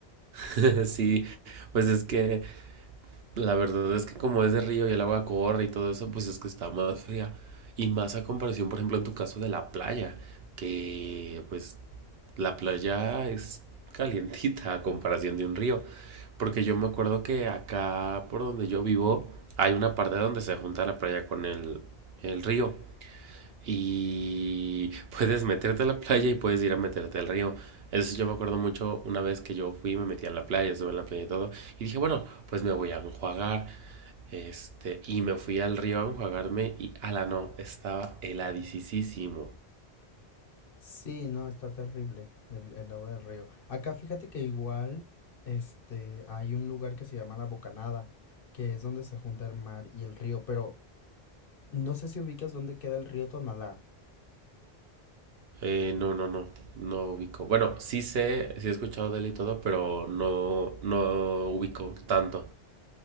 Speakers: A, on the right; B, on the left.
A: <laughs> Sí, pues es que La verdad es que como es de río y el agua corre y todo eso, pues es que está más fría. Y más a comparación, por ejemplo, en tu caso de la playa, que pues la playa es calientita a comparación de un río. Porque yo me acuerdo que acá por donde yo vivo hay una parte donde se junta la playa con el, el río. Y <laughs> puedes meterte a la playa y puedes ir a meterte al río. Eso sí, yo me acuerdo mucho una vez que yo fui, me metí a la playa, estuve en la playa y todo. Y dije, bueno, pues me voy a enjuagar. Este, y me fui al río a enjuagarme y ala no, estaba heladicísimo.
B: Sí, no, está terrible el, el agua del río. Acá fíjate que igual, este, hay un lugar que se llama La Bocanada, que es donde se junta el mar y el río, pero no sé si ubicas dónde queda el río Tonalá.
A: Eh, no, no, no, no ubico. Bueno, sí sé, sí he escuchado de él y todo, pero no, no ubico tanto.